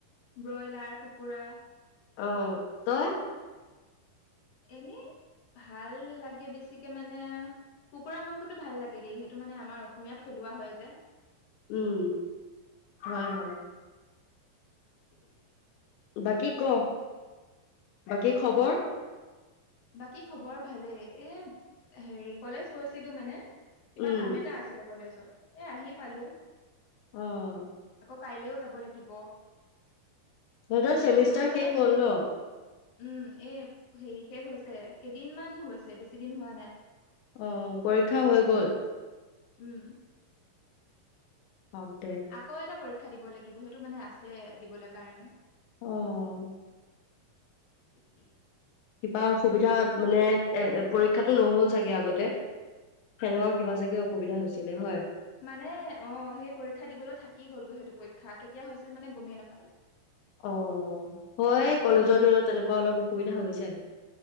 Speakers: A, on the left (about 65°); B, on the left (about 80°).
A: ব্ৰইলাৰ কুকুৰা।
B: অহ, তই?
A: এনেই ভাল লাগে বেছিকে মানে কুকুৰা মাংসটো ভাল লাগে দেই, সেইটো মানে আমাৰ অসমীয়াত থলুৱা হয় যে।
B: উম, হয়
A: উম,
B: হয়। বাকী ক' বাকী খবৰ?
A: বাকী খবৰ ভালেই, এ হেৰি কলেজ কৈছিলো মানে কিবা
B: উম,
A: কাম এটা আছিল। কলেজত, এ আহি পালোঁ।
B: অ'।
A: কাইলেও যাব লাগিব।
B: তহঁতৰ চেমিষ্টাৰ
A: আমাৰ মানে
B: শেষ হ'ল ন'?
A: উম, এ সে শেষ হৈছে, কেইদিনমান হৈছে বেছি দিন হোৱা নাই।
B: অ', পৰীক্ষা হৈ গ'ল?
A: উম।
B: অ'। হওক দে।
A: আকৌ এটা পৰীক খা দিব লাগিব, সেইটো মানে আছে দিবলৈ কাৰণে।
B: অম কিবা অসুবিধা মানে, এ পৰীক্ষাটো নহ'ল চাগে আগতে সেনেকুৱা কিবা চাগে অসুবিধা হৈছিলে হয়।
A: মানে অ' সেই পৰীক্ষা দিবলৈ থাকি গ'লগৈ, সেইটো পৰীক্ষা কেতিয়া হৈছিল মানে গমেই নাপালো।
B: অ', হয় কলেজৰ
A: উম।
B: দিনত তেনেকুৱা অলপ। সুবিধা হৈ যায়।